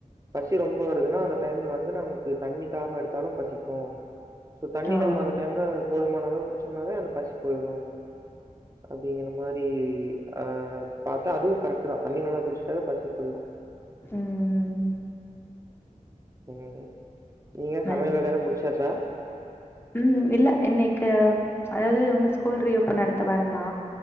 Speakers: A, on the right; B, on the left.
A: பசி ரொம்ப வருதுனா அந்த டைம்ல வந்து நமக்கு தண்ணி தாக எடுத்தாலு பசிக்கு சோ தண்ணி
B: ஓ
A: நம்ம போதுமான அளவு குடிச்சம்னாவே அந்த பசி போயிரு அப்படிங்கிற மாரி அ பாத்தா அதுவு கரெக்ட்தா தண்ணி நல்லா குடிச்சுட்டாவே பசி போயிரு
B: ம்
A: ம் நீங்க
B: ம்
A: சமயல் வேலையெல்லா முடிச் சாச்சா
B: ம் இல்ல இன்னைக்கு அதாது இவுங்க ஸ்கூல் ரீஓபன் அடுத்த வாரந்தா